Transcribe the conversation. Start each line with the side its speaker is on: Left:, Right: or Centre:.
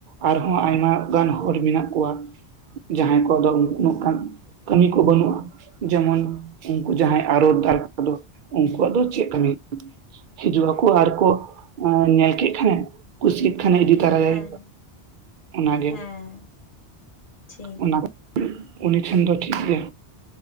Right: ᱟᱨᱦᱚᱸ ᱟᱭᱢᱟ ᱜᱟᱱ ᱦᱚᱲ ᱢᱮᱱᱟᱜ ᱠᱚᱣᱟ, ᱡᱟᱦᱟᱸᱭ ᱠᱚᱣᱟᱜ ᱫᱚ ᱱᱚᱝᱠᱟᱱ ᱠᱟᱹᱢᱤ ᱠᱚ ᱵᱟᱹᱱᱩᱜᱼᱟ, ᱡᱮᱢᱚᱱ ᱩᱱᱠᱩ ᱡᱟᱦᱟᱸᱭ ᱟᱨᱚᱛ ᱫᱟᱨ ᱠᱚᱫᱚ ᱩᱱᱠᱩᱣᱟᱜ ᱫᱚ ᱪᱮᱫ ᱠᱟᱹᱢᱤ, ᱦᱤᱡᱩᱜ ᱟᱠᱚ ᱟᱨᱠᱚ ᱧᱮᱞ ᱠᱮᱫ ᱠᱷᱟᱱᱮ, ᱠᱩᱥᱤᱫ ᱠᱷᱟᱱᱮ ᱤᱫᱤ ᱛᱟᱨᱟᱭᱟᱭ,
Left: ᱦᱮᱸ
Right: ᱚᱱᱟᱜᱮ,
Left: ᱦᱮᱸ ᱴᱷᱤᱠ
Right: ᱚᱱᱟ ᱩᱱᱤ ᱴᱷᱮᱱ ᱫᱚ ᱴᱷᱤᱠ ᱜᱮ᱾